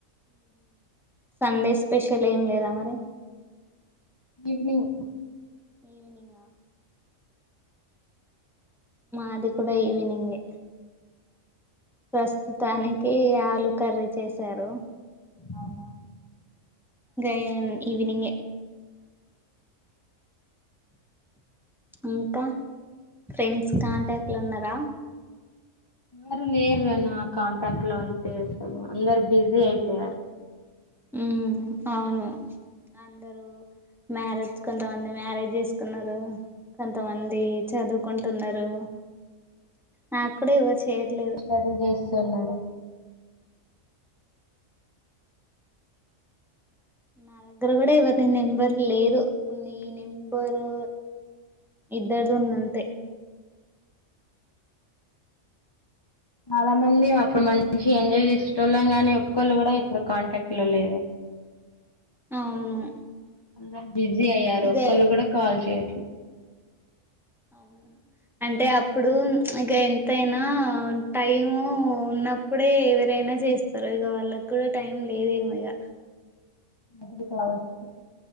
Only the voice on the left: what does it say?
ఈవినింగ్
అవు
మారు లేరున్న కాంటాక్ట్ లో అయితే అసలు అందరు బిజీ అయిపోయారు
స్టడీ చేస్తున్నారు
చాలా మంది అప్పుడు మంచి ఎంజాయ్ చేస వాళ్ళం గానీ ఒళ్ళు కూడా ఇప్పుడు కాంటాక్ట్ లో లేరు
అంద బిజీ అయ్యారు
ఒళ్ళు కూడా కాల్ చేయ
అదే స్గ